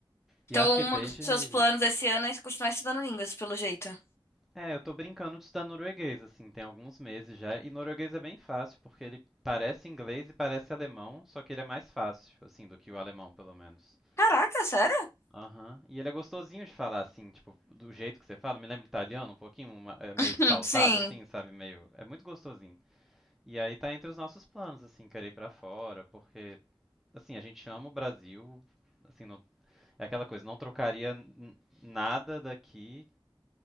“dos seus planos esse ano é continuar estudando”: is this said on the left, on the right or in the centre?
Left